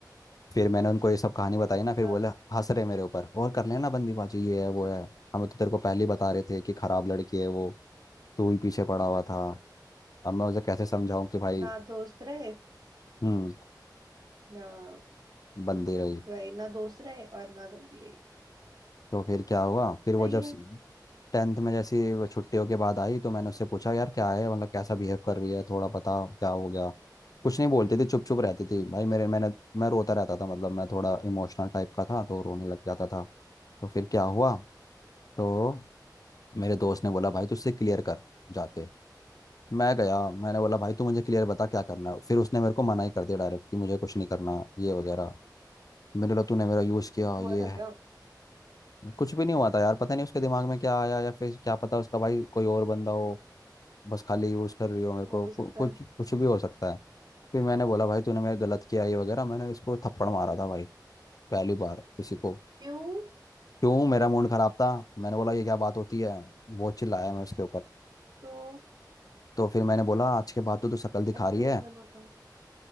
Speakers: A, on the left; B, on the right.
A: फिर मैंने उनको ये सब कहानी बताई ना फिर
B: हाँ
A: बोले हंस रहे मेरे ऊपर और कर लेना बंदीबाजी ये है वो
B: <laughs>
A: है हम तो तेरे को पहले ही बता रहे थे कि खराब लड़की है वो तू ही पीछे पड़ा हुआ था अब मैं उसे कैसे समझाऊं कि भाई
B: ना दोस्त रहे
A: हम्म
B: ना
A: बंदी रही
B: वही ना दोस्त रहे और ना बंदी रही
A: तो फिर क्या हुआ फिर वो
B: सही
A: जब
B: है
A: टेंथ में जैसी वो छुट्टियों के बाद आई तो मैंने उससे पूछा यार क्या है मतलब कैसा बिहेव कर रही है थोड़ा बता क्या हो गया कुछ नहीं बोलती थी चुप चुप रहती थी भाई मेरे मैंने मैं रोता रहता था मतलब मैं थोड़ा इमोशनल टाइप का था तो रोने लग जाता था तो फिर क्या हुआ तो मेरे दोस्त ने बोला भाई तू उससे क्लियर कर जाके मैं गया मैंने बोला भाई तू मुझे क्लियर बता क्या करना है फिर उसने मेरे को मना ही कर दिया डायरेक्ट कि मुझे कुछ नहीं करना ये वगैरह मेरे बोला तूने मेरा यूज़ किया
B: कुछ हुआ
A: ये
B: था क्या
A: कुछ भी नहीं हुआ था यार पता नहीं उसके दिमाग में क्या आया या फिर क्या पता उसका भाई कोई और बंदा हो बस खाली यूज़ कर रही हो मेरे को
B: हो भी
A: कु-
B: सकता
A: कुछ
B: है
A: कुछ भी हो सकता है फिर मैंने बोला भाई तूने मेरे गलत किया ये वगैरह मैंने उसको थप्पड़ मारा था भाई पहली बार किसी को
B: क्यों
A: क्यों मेरा मूड खराब था मैंने बोला ये क्या बात होती है वो चिल्लाया मैं उसके ऊपर
B: तो
A: तो फिर मैंने बोला आज के बाद तो तू शक्ल दिखा
B: ऐसे
A: रही
B: थोड़ी
A: है
B: करना होता